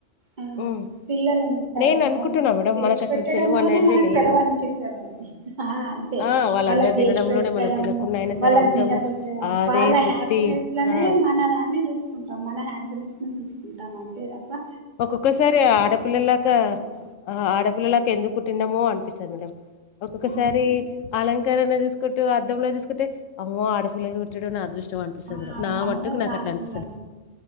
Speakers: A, on the right; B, on the left.
A: ఆ
B: ఉమ్.
A: పిల్లలు ఉంటారు
B: నేను
A: కదా
B: అనుకుంటున్నా
A: వాళ్ళకి
B: మేడం
A: చేసి
B: మనకు అసలు
A: పెట్టడంలోనే
B: సెలవు అనేదే
A: మనకు
B: లేదు
A: సెలవు అనిపిస్తదని ఆ అంతే
B: ఆ వాళ్ళందరు
A: వాళ్ళకి చేసి
B: తినడంలోనే
A: పెట్టడం
B: మనం
A: అమ్మో
B: తినకుండా అయినా
A: వాళ్ళకి
B: సరే ఉంటాము
A: దీన పెట్ట
B: అదే
A: వాళ్ళ
B: తృప్తి
A: హ్యాపీనెస్ లోనే
B: ఆ
A: మన ద చూసుకుంటాం మన హ్యాపీనెస్ ని చూసుకుంటాం అంతె తబ్బా
B: ఒక్కొక్కసారి ఆడపిల్లలాకా
A: ఉండదు
B: ఆ ఆడపిల్లలాక ఎందుకు ట్టిన్నమో అనిపిస్తది నాకు ఒక్కొక్కసారి
A: అవును
B: అలంకరణ జూస్ కుంటూ అద్ధంల జూసుకుంటే అమ్మో ఆడపిలై వుట్టుడు నా అదృష్ చం అనిపిస్తది
A: ఆ
B: నాకు నా
A: మనమే
B: మటుకు నాకు
A: చాలా
B: అట్లా అనిపిస్తది
A: బెటర్